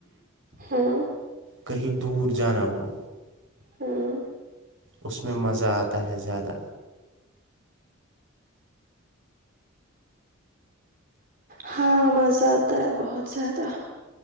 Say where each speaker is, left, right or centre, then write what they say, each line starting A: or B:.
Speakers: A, on the right; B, on the right.
A: ہاں
B: کہیں دور جانا ہو
A: ہوں
B: اس میں مزہ آتا ہے زیادہ
A: ہاں مزہ آتا ہے بہت زیادہ